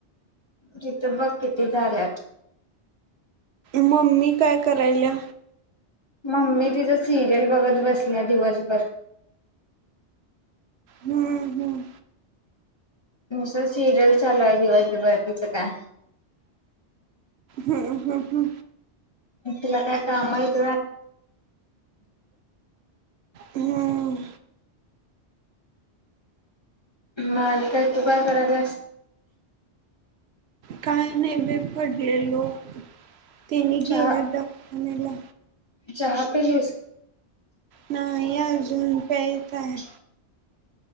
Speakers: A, on the left (about 30°); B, on the right (about 70°).
A: तिथं बघ किती झाल्यात
B: मम्मी काय करायल्या
A: मम्मी तिचं सिरियल बघत बसलं दिवसभर
B: हम्म हम्म
A: स सिरियल चालवाय केवा बाकीचं काय
B: हा हा ह
A: तिला काय काम यत
B: हम्म
A: मालिकाय तू काय करालास
B: काय नाही बे पडलेलो त्यांने
A: चहा
B: गेले डॉक्टरला
A: चहा पेलज
B: नाही अजून प्यायच
A: <inaudible>
B: आहे.